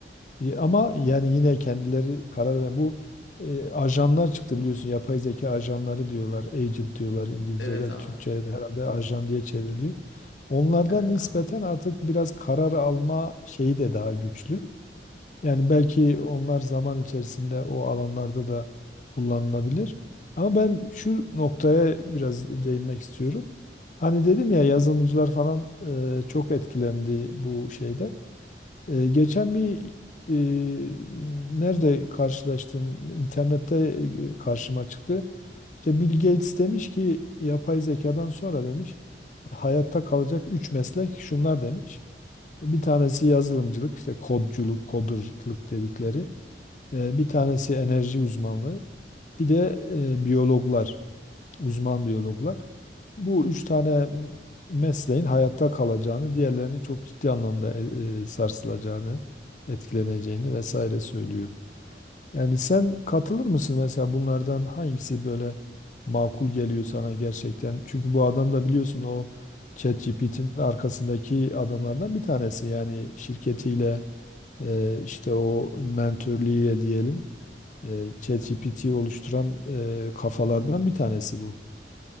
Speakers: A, on the left; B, on the left.
A: Y- Ama yani yine kendileri karar ve bu e, ajanlar çıktı biliyorsun yapay zeka ajanları diyorlar agent diyorlar İngilizce'de
B: Evet abi.
A: Türkçe'de herhalde ajan diye çevriliyor. Onlardan
B: Evet
A: nispeten
B: abi.
A: artık biraz karar alma şeyi de daha güçlü. Yani belki onlar zaman içerisinde o alanlarda da kullanılabilir. Ama ben şu noktaya biraz değinmek istiyorum. Hani dedim ya yazılımcılar falan e, çok etkilendi bu şeyden. Ee, geçen bir e, nerede karşılaştım? İnternette e, karşıma çıktı. İşte Bill Gates demiş ki yapay zekadan sonra demiş hayatta kalacak 3 meslek şunlar demiş. Bir tanesi yazılımcılık, işte kodculuk, coderlık dedikleri. Ee, bir tanesi enerji uzmanlığı, bir de e, biyologlar uzman biyologlar. Bu üç tane mesleğin hayatta kalacağını, diğerlerinin çok ciddi anlamda e, e, sarsılacağını, etkileneceğini vesaire söylüyor. Yani sen katılır mısın mesela bunlardan hangisi böyle makul geliyor sana gerçekten? Çünkü bu adam da biliyorsun o ChatGPT'nin arkasındaki adamlardan bir tanesi. Yani şirketiyle e, işte o mentörlüğüyle diyelim e, ChatGPT'yi oluşturan e, kafalardan bir tanesi bu.